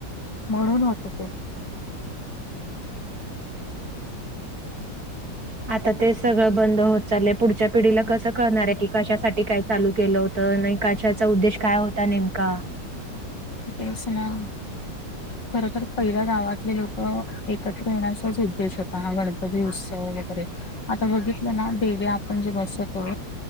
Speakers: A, on the left (about 65°); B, on the right (about 50°).
A: म्हणून होत ते.
B: आता ते सगळं बंद होत चालय, पुढच्या पिढीला कसं कळणार आहे की कशासाठी काय चालू केलं होत. तर नाही का त्याचा उद्देश काय होता नेमका?
A: तेच ना. खर तर पहिल्या गावातले लोक एकत्र येण्याचाच उद्देश होता. हा गणप कध उत्सव वगैरे आता बघितलं ना देवी आपण जे बसवतो